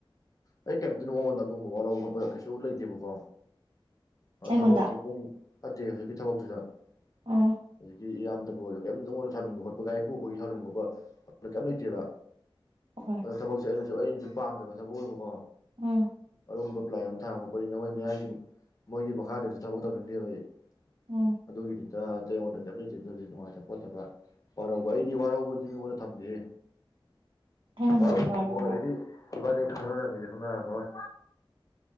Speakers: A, on the left; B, on the right.
A: ꯑꯩ ꯀꯩꯝꯇ ꯃꯉꯣꯟꯗ ꯑꯗꯨꯒꯨꯝꯕ ꯋꯥꯔ ꯈꯣꯠꯄ ꯀꯩꯁꯨ ꯂꯩꯇꯦꯕꯀꯣ ꯑꯥ
B: ꯑꯩꯉꯣꯟꯗ
A: ꯊꯕꯛ ꯆꯦ ꯄꯨꯡ <inaudible> <unintelligible>
B: ꯎꯝ
A: ꯎ ꯏꯌꯥꯝꯗꯕꯨ ꯑꯣꯏꯔꯣ ꯀꯩꯝ ꯅꯉꯣꯟꯗ ꯁꯥꯎꯅꯤꯡꯕ ꯈꯣꯠꯄ ꯒꯥꯔꯤ ꯄꯨꯕꯒꯤ ꯁꯥꯎꯅꯤꯡꯕ ꯈꯣꯠꯄ ꯀꯩꯝ ꯂꯩꯇꯦꯕ
B: ꯍꯣꯏ
A: ꯑꯗꯨ ꯊꯕꯛ ꯆꯠꯅꯩꯅ ꯑꯗꯨ ꯑꯩꯅꯁꯨ ꯄꯥꯝꯗꯕ ꯊꯕꯛ ꯑꯣꯏꯕꯀꯣ
B: ꯎꯝ
A: ꯑꯔꯨꯝꯕ ꯄ꯭ꯂꯥꯏ ꯑꯃ ꯊꯥꯡꯕ ꯈꯣꯄꯅꯤ ꯅ ꯃꯣꯏ ꯃꯌꯥꯡꯒꯤ ꯃꯣꯏꯒꯤ ꯃꯈꯥꯗꯁꯨ ꯊꯕꯛ ꯇꯧꯅꯤꯡꯗꯦꯕ ꯑꯩ
B: ꯎꯝ
A: ꯑꯗꯨꯒꯤꯅꯤꯗ ꯑ ꯑꯩꯉꯣꯟꯗ ꯀꯩꯝꯇ ꯂꯩꯖꯗꯦ ꯅꯨꯡꯉꯥꯏꯇꯕ ꯈꯣꯠꯇꯕ ꯋꯥꯔꯧꯕ ꯑꯩꯗꯤ ꯋꯥꯔꯧꯕꯖꯤ ꯃꯤꯉꯣꯟꯗ ꯊꯝꯗꯦꯍꯦ
B: ꯑꯩꯉꯣꯟꯗꯗꯤ
A: ꯋꯔꯧꯕ
B: ꯋꯥꯔꯕ꯭ꯔꯥ
A: ꯊꯃꯣꯏ ꯑꯣꯏꯔꯗꯤ ꯏꯕꯥꯅꯤ ꯈꯪꯅꯔꯝꯃꯤꯖꯦ ꯈꯪꯅꯔꯝꯃꯔꯣꯏ